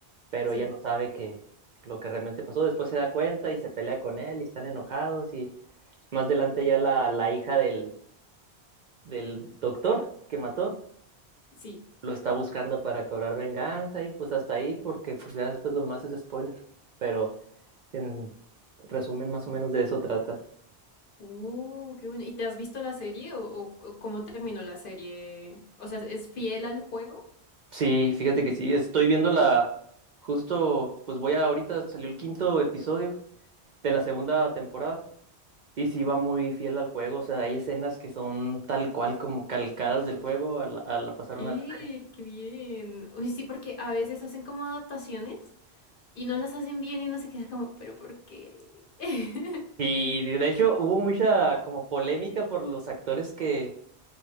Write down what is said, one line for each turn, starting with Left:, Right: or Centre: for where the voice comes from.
Right: Pero
Left: Sí,
Right: ella no sabe que lo que realmente pasó. Después se da cuenta y se pelea con él y están enojados y más adelante ya la, la hija del, del doctor que mató
Left: sí.
Right: lo está buscando para cobrar venganza y pues hasta ahí porque pues ya después lo más es spoiler. Pero... En resumen, más o menos de eso trata.
Left: Uh, qué bueno. ¿Y te has visto la serie o, o- o cómo terminó la serie? O sea, ¿es fiel al juego?
Right: Sí, fíjate que sí, estoy viendo la... Justo, pues voy a... Ahorita salió el quinto episodio de la segunda temporada y sí va muy fiel al juego, o sea, hay escenas que son tal cual como calcadas del juego, a la, a la pasaron
Left: ¡Eh,
Right: a la serie.
Left: qué bien! Uy, sí, porque a veces hacen como adaptaciones y no las hacen bien y no se queda como, ¿pero por qué? <laughs>
Right: Y de de hecho hubo mucha como polémica por los actores que,